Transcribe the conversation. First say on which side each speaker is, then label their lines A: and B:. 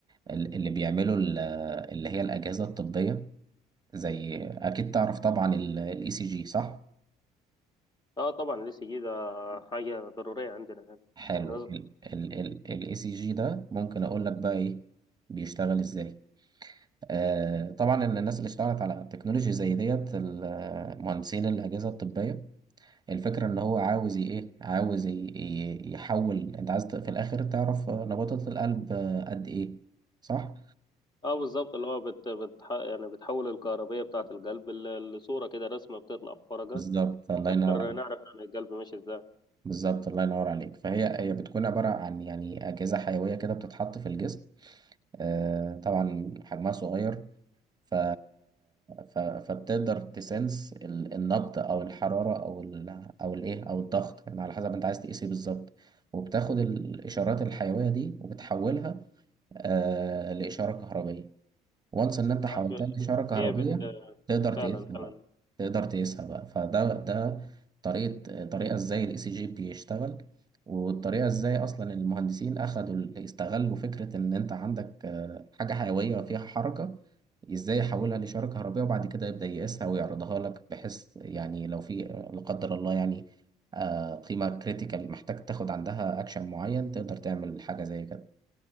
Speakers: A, on the right; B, on the left.
A: ال- اللي بيعملوا ال- اللي هي الاجهزه الطبيه زي اكيد تعرف طبعا الاي سي جي صح
B: اه طبعا لسه جي ده حاجة ضرورية عندنا يعني
A: حلو
B: او نازل
A: الاي سي جي ده ممكن اقول لك بقى ايه بيشتغل ازاي آه طبعا إن الناس اللي اشتغلت على تكنولوجي زي ديت ال- مهندسين الاجهزه الطبيه الفكرة ان هو عاوز ي- ايه عاوز ي- ي- يحول انت عايز ت- في الاخر تعرف آه، نبضات القلب آه، قد ايه صح
B: اه بالظبط اللي هو بت بتح... يعني بتحول الكهربية بتاعة القلب ل- لصورة كده رسمة بتطلع في فرجة
A: فبالظبط الله
B: نقدر
A: ينور عليك
B: نعرف عن القلب ماشي ازاي
A: بالظبط الله ينور عليك فهي هي بتكون عبارة عن يعني أجهزة حيوية كده بتتحط في الجسم آه، طبعا حجمها صغير ف... ف... فبتقدر تسنس ال- النبض او الحراره او ال... او الايه او الضغط يعني على حسب انت عايز تقيس ايه بالظبط وبتاخد الاشارات الحيويه دي وبتحولها آه لإشارة كهربية وانس إن أنت حولتها
B: عارف
A: لإشارة كهربية
B: هي بت...
A: تقدر تقيسها
B: فعلا فعلا
A: بقى تقدر تقيسها بقى فده ده طريقة طريقة إزاي الإي سي جي بيشتغل والطريقة إزاي أصلا المهندسين أخدوا ال- استغلوا فكرة إن أنت عندك آه، حاجة حيوية فيها حركة إزاي يحولها لإشارة كهربية وبعد كده يبدأ يقيسها ويعرضها لك بحيث يعني لو في لا قدر الله يعني آه، قيمة كريتيكال محتاج تاخد عندها أكشن معين تقدر تعمل حاجة زي كده